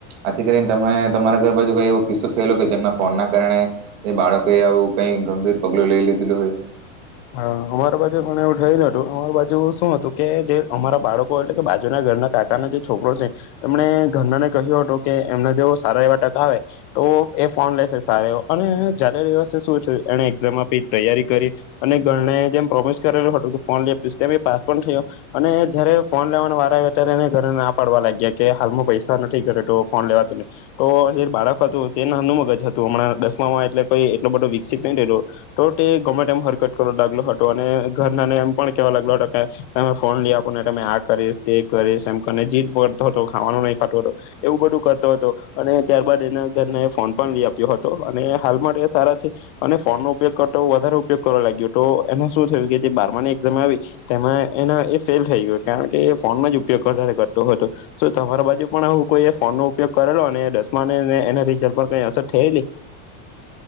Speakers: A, on the right (about 60°); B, on the left (about 50°).
A: આથી કરીનેમે તમારા ઘર બાજુ કઈ એવો કિસ્સો થયેલો કે જેમના ફોન ના કારણે બાળકો આવું કઈ ગંભીર પગલું લઈ લીધેલું હોય.
B: હ અમારા બાજુ પણ એવું થય ન હતું, અમારી બાજુ શું હતું કે જે અમારા બાળકો એટલે કે બાજુના ઘરના કાકાના જે છોકરો છે એમને ઘરના ને કહ્યું હતું કે એમને જે સારા એવા ટકા આવે તો એ ફોન લેશે સારા એ અને જાતે દિવસે શું છે એને એઝામમાં તૈયારી કરી અને ઘરને જેમ પ્રોમિસ કરેલું હતું કે ફોન લ આપી તેમ પાસ પણ થયો, અને જયારે ફોન લેવાનો વાર આવ ત્યારે એને ઘરે ના પાડવા લાગ્યા કે હાલમાં પૈસા નથી ઘરે ફોન લેવાને, તો જે બાળક હતું તેને હનુ મગજ હતું હમણાં દસમામાં એટલે કોઈ એટલો બધો વિકસિત નહી થલો, તો તે ગમે લ હતો અને ઘરનાને એમ પણ કેવા લાગલો હતો કે, તમે ફોન લઈ આપો ને તમે આ કરીશ તે કરીશ એમ જીત પકડતો હતો ખાવાનો નહી ખાતો હતો, એવું બધું કરતો હતો અને ત્યારબાદ એના ઘરને એ ફોન પણ લઈ આપ્યો હતો, અને હાલ માટે સારા છે અને ફોન નો ઉપયોગ કરતો વધારે ઉપયોગ કરવા લાગ્યો તો એને શું થયું કે જે બારમાની એઝામ આવી, તેમાં એના એ ફેલ થઈ ગયો કારણ કે એ ફોનમાં જ ઉપયોગ કર કરતો હતો, તમારા બાજુ પણ હું કોઈ ફોન નો ઉપયોગ કરેલો અને દસમા એના રિઝલ્ટ પર કઈ અસર થયેલી?